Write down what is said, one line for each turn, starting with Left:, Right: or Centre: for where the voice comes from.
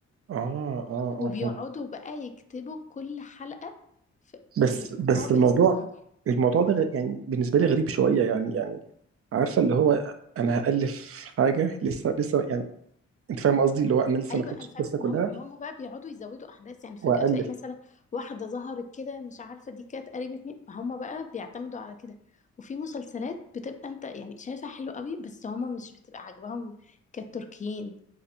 Right: آه آه
Left: وبيقعدوا
Right: آه فهمت
Left: بقى يكتبوا كل حلقة في
Right: بس
Left: الأسبوع
Right: بس
Left: بأسبوعه
Right: الموضوع الموضوع ده غ- يعني بالنسبة لي غريب شوية يعني يعني عارفة اللي هو أنا هألف حاجة لسه لسه يعني انت فاهم قصدي اللي هو انا لسه
Left: ايوه
Right: ما كتبتش
Left: انا فاهمك
Right: القصه كلها
Left: ما هم ما هم بقى بيقعدوا يزودوا احداث يعني فجأة
Right: والف
Left: تلاقي مثلا واحدة ظهرت كده مش عارفة دي كانت قريبة مين هم بقى بيعتمدوا على كده وفي مسلسلات بتبقى انت يعني شايفها حلو قوي بس هم مش بتبقى عاجباهم كالتركيين